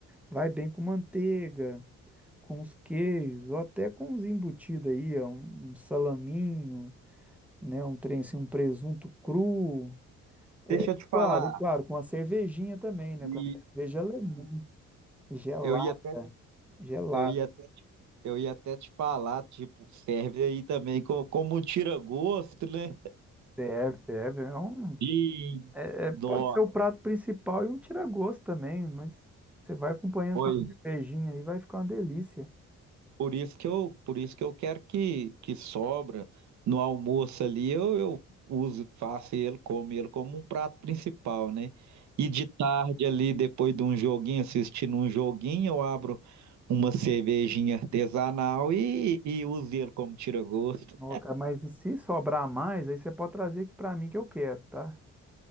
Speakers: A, in the centre; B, on the right (about 70°).
A: Vai bem com manteiga, com os queijos, ou até com os embutidos aí, ó, um um salaminho, né? Um trem assim, um presunto cru.
B: Deixa
A: E
B: eu te falar.
A: claro, e claro, com a cervejinha também, né?
B: E,
A: Com a cerveja alemã, gelada,
B: Eu ia até,
A: gelada.
B: eu ia até, eu ia até te falar, tipo, serve aí também como, como um tira-gosto, né?
A: Serve, serve. É um,
B: E
A: é,
B: nó,
A: é- pode ser o prato principal e um tira-gosto também, mas você vai acompanhando
B: pois
A: com a
B: é.
A: cervejinha aí, vai ficar uma delícia.
B: por isso que eu, por isso que eu quero que, que sobra no almoço ali, eu, eu uso, faço ele, como ele como um prato principal, né? E de tarde ali, depois de um joguinho, assistindo um joguinho, eu abro uma cervejinha artesanal e, e uso ele como tira-gosto.
A: Ó, cara, Mas e se sobrar mais, aí você pode trazer aqui pra mim que eu quero, tá?